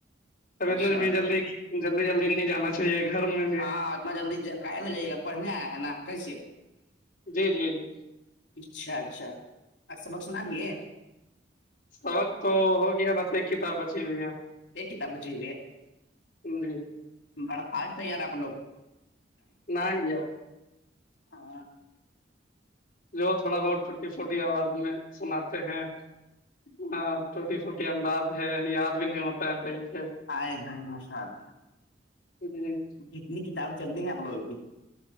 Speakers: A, on the left; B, on the left.
A: اب اتنا
B: ماشاء
A: بھی
B: اللہ
A: جلدی جلدی جلدی نہیں جانا چاہیے گھر میں بھی
B: ہاں آتنا جلدی ج کے اپڑن ہے نا کسے
A: جی جی جی
B: اچھا اچھا اچ سبق سنا بھیے
A: سبق تو ہو گیا بس ایک کتاب بچی ہوئی ہے
B: ایکک ت بچیی
A: جی
B: بڑا فاسٹ ہے یار آپ لوگ
A: نہ گیا
B: ہاں
A: جو تھوڑا بہت ٹی فوٹی آواز میں سناتے ہیں ہاں چھوٹی چھوٹی انداز ہے یاد بھی نہیں ہوتا ہے صحیح سے
B: آئے ہیں مشات
A: جی
B: کتنی کتابیں چلتی ہیں آپ لوگوں کی